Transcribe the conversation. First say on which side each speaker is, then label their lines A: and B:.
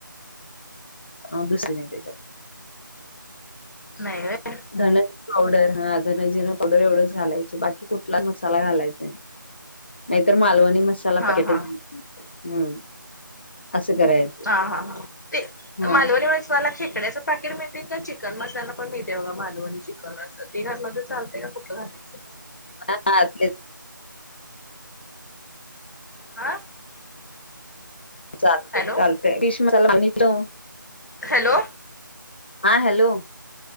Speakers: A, on the left; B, on the left.
A: अ दुसर नाही त्याच्यात
B: नाही र
A: धन पावडर हा धनजिर पावडर एवढंच घालायचं बाकी कुठला मसाला घालायचा नाही. नाहीतर मालवणी मसाला
B: हा
A: पकेट
B: हा
A: हम्म असं करायचं.
B: हा हा हां ते
A: हा
B: मालवणी व मला खेकड्याचं पॅकेट मिळते का चिकन मसाला पण मिळते बघा मालवणीची. क असं ते घालं तर चालते का कुठं घालायचं.
A: हा ते.
B: हा.
A: चालतय
B: हॅलो
A: चालतय किश मसाला आणि तो.
B: हॅलो!
A: हा हॅलो!